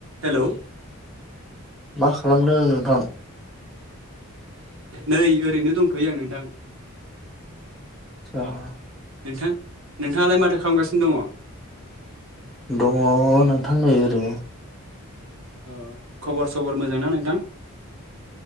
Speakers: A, on the right (about 60°); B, in the centre.
A: हेल'
B: मा खालामदों नोंथां
A: नै ओरैनो दंफैयो आं नोंथां
B: आसा
A: नोंथां नोंथाङालाय माथो खालामगासिनो दङ।
B: दङ नोंथां नै ओरैनो।
A: अ खबर सबर मोजांना नोंथां?